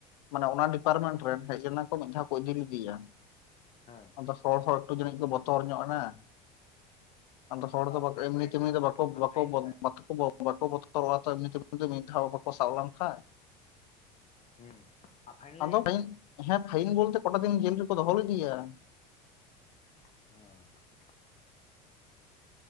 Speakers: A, on the left (about 70°); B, on the left (about 30°).
A: ᱢᱟᱱᱮ ᱚᱱᱟ ᱰᱤᱯᱟᱨᱢᱮᱱᱴ ᱨᱮᱱ ᱦᱮᱡ ᱞᱮᱱᱟ ᱠᱚ ᱢᱤᱫ ᱫᱷᱟᱣ ᱠᱚ ᱤᱫᱤ ᱞᱤᱫᱤᱭᱟ ᱾
B: ᱦᱮᱸ ᱾
A: ᱟᱫᱚ ᱦᱚᱲ ᱦᱚᱸ ᱮᱠᱴᱩ ᱡᱟᱹᱱᱤᱡ ᱠᱚ ᱵᱚᱛᱚᱨ ᱧᱚᱜ ᱮᱱᱟ ᱾ ᱟᱫᱚ
B: ᱟᱯᱟ
A: ᱦᱚᱲ ᱫᱚ ᱵᱟ
B: ᱯᱷᱟᱭᱤᱱ
A: ᱮᱹᱢᱱᱤ
B: ᱢᱮ
A: ᱛᱮᱹᱢᱱᱤ ᱫᱚ ᱵᱟᱠᱚᱵᱽ ᱵᱟᱠᱚᱵᱽ
B: ᱯᱷᱟᱭᱤᱱ
A: ᱵᱟᱠᱚᱵᱽ ᱵᱟᱠᱛᱚ ᱵᱚ ᱾ ᱵᱟ ᱠᱚ ᱵᱚᱛᱚᱨᱚᱜᱼᱟ ᱛᱚ ᱮᱢᱱᱤ ᱛᱮ ᱡᱮ ᱢᱤᱫ ᱫᱷᱟᱣ ᱵᱟ ᱠᱚ ᱥᱟᱵ ᱞᱮᱢ ᱠᱷᱟᱡ
B: ᱦᱩᱸ
A: ᱾
B: ᱟᱨ ᱯᱷᱟᱭᱤᱱ ᱞᱮᱫᱮᱭᱟᱠᱚ
A: ᱟᱫᱚ ᱦᱮᱸ, ᱯᱷᱟᱭᱤᱱ ᱵᱚᱞᱛᱮᱹ ᱠᱚᱴᱟ ᱫᱤᱱ ᱡᱮᱹᱞ ᱨᱮᱠᱚ ᱫᱚᱦᱚ ᱞᱤᱫᱤᱭᱟ ᱾
B: ᱦᱚᱭ ᱾